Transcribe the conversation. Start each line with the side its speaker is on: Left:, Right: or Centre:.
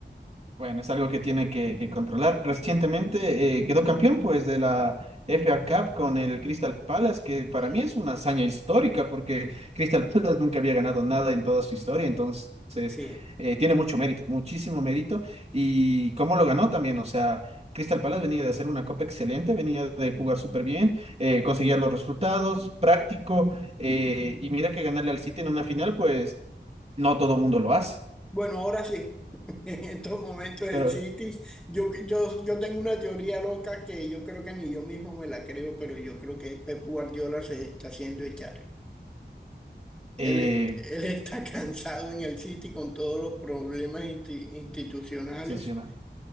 Right: Bueno, es algo que tiene que, que controlar. Recientemente eh, quedó campeón pues de la FA Cup con el Crystal Palace, que para
Centre: Eh,
Right: mí es una hazaña histórica porque Crystal Palace nunca había ganado nada en toda su historia, entonces
Centre: sí.
Right: eh, tiene mucho mérito, muchísimo mérito. Y cómo lo ganó también, o sea, Crystal Palace venía de hacer una copa excelente, venía de jugar súper bien, eh, conseguía los resultados, práctico, eh, y mira que ganarle al City en una final, pues no todo el mundo lo hace,
Centre: Bueno, ahora sí. <laughs> En estos momentos el
Right: pero...
Centre: City, yo, yo, yo tengo una teoría loca que yo creo que ni yo mismo me la creo, pero yo creo que Pep Guardiola se está haciendo echar.
Right: Eh,
Centre: Él, est- él está <laughs> cansado en el City con todos los problemas insti- institucionales
Right: sensacional.